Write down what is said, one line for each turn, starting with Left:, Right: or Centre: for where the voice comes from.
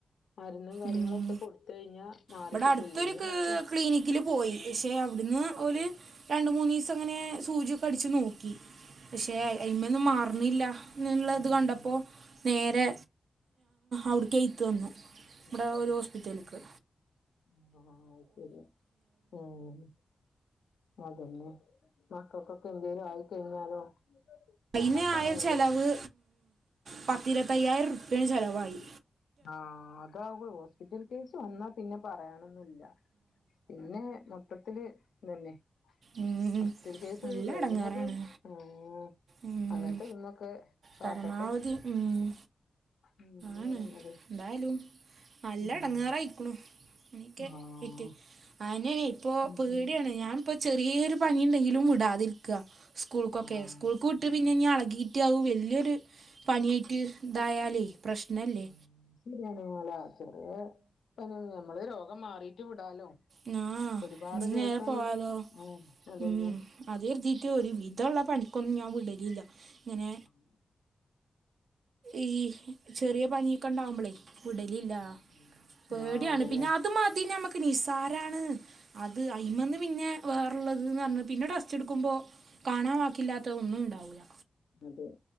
Left: മരുന്നും കാര്യങ്ങളൊക്കെ
Right: ഉം
Left: കൊടുത്ത് കഴിഞ്ഞാ മാറിക്കിട്ടു
Right: ഇവിടെ അടുത്തൊരു
Left: ഇല്ലെങ്കിൽ നമക്ക്
Right: ക്ലിനിക്കിൽ പോയി ക്ഷെ അവിട്ന്ന് ഓല് രണ്ട് മൂന്നീസം ഇങ്ങനെ സൂചിയൊക്കെ അടിച്ചു നോക്കി. പക്ഷെ അതിമ ഒന്നും മാറുന്നില്ല എന്നുള്ളത്
Left: ഉം
Right: കണ്ടപ്പോ നേരെ
Left: ഉം
Right: അവിട്ക്കെയ്ത് തന്നു ഇബ്ടെ
Left: ഉം
Right: ഒരു ഹോസ്പിറ്റല്ക്ക്
Left: ആഹ് അത് ശര്യ ഉം അതന്നെ മക്കക്കൊക്കെ എന്തേലും ആയിക്കഴിഞ്ഞാലോ
Right: അതിന്
Left: ഞമ്മക്കാണ്
Right: ആയ
Left: അയിന്റെ
Right: ചെലവ്
Left: ഇത്
Right: പത്ത് ഇരുപത്തയ്യായിരം ഉരുപ്യേന് ചെലവായി
Left: ആഹ് അതാവൂ ഹോസ്പിറ്റൽ കേസ് വന്നാ പിന്നെ പറയാനൊന്നുല്ല പിന്നെ മൊത്തത്തില് ഇന്നെന്നെ
Right: ഉം,
Left: ഹോസ്പിറ്റൽ കേസ്
Right: നല്ല
Left: കഴിണതും
Right: ഇടങ്ങാറാണ്
Left: ഉം
Right: ഉം,
Left: അങ്ങൻത്തെ ഇതിന്നൊക്കെ കാക്കട്ടെ
Right: പരമാവധി ഉം,
Left: ഉം
Right: ആണ്
Left: പറയുന്നത്
Right: എന്തായാലും നല്ല
Left: ഉം
Right: എടങ്ങേറായിക്ക്ണു ഇൻക്കെ
Left: ആഹ്
Right: ഇറ്റ് അനൊഹ് ഇപ്പൊ
Left: അത്
Right: പീട്യേണ്
Left: ശരി
Right: ഞാൻപ്പ ചെറ്യേ ഒരു പനിയുണ്ടെങ്കിലും വിടാതിരിക്ക. സ്കൂൾക്കൊക്കെ
Left: ആഹ്
Right: സ്കൂൾക്ക് വിട്ട്
Left: ആഹ്
Right: പിന്നെ ഇഞ്ഞ് എളകി കിറ്റയാകും വല്യൊരു പനിയായിട്ട് ഇതായാലേ പ്രശ്നമല്ലേ
Left: വഞ്ചി <unintelligible> ചെറ്യേ ഇപ്പ <unintelligible> നമ്മള് രോഗം മാറീറ്റ് വിടാലോ
Right: ന്നാഹ്
Left: ഒരുപാട്
Right: ഇന്നേരം
Left: ദിവസം
Right: പോവാലോ
Left: ആഹ് അതന്നെ
Right: ഉം അത് എരുതീട്ട് ഒരു വിധ ഉള്ള പണിക്കൊന്നും ഞാൻ വിടലില്ല ഇങ്ങനെ
Left: ഉം
Right: ഈ ചെറിയ പനിയൊക്കെ ഇണ്ടാവുമ്പളേ വിടലില്ല.
Left: ഉം ഉം
Right: പേട്യാണ്
Left: ആഹ് അതന്നെ
Right: പിന്നെ ആ ഇത് മതി ഞമക്ക് നിസാരാണ്. അത് അയിമെന്ന്
Left: അതെ
Right: പിന്നെ വേറെ ഇള്ളത് ന്ന് പറ്ഞ് പിന്നെ ടെസ്റ്റ് ഇടുക്കുമ്പോ കാണാൻ വാക്കില്ലാത്ത ഒന്നും ഉണ്ടാവൂല
Left: അതെ